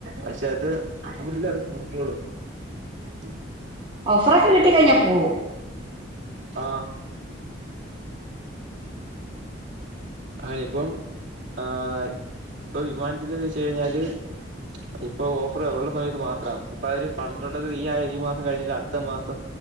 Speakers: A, on the right; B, on the right.
A: പക്ഷെ അത് മുത്ത് ആള് നോക്കിക്കൊള്ളും. <unintelligible>
B: ഓഫർ ഒക്കെ കിട്ടി കഴിഞ്ഞാൽ പോവും.
A: ആഹ്. ആഹ് ഇപ്പം ആഹ് ഇപ്പൊ വിമാനത്തിൽ എന്നുവെച്ചാ കഴിഞ്ഞാല്. ഇപ്പൊ ഓഫറുള്ള സമയത്ത് മാത്രം ഇപ്പ അവര് പറഞ്ഞിട്ടുള്ളത് ഈ ഒരു മാസം കഴിഞ്ഞിട്ട് അടുത്ത മാസം.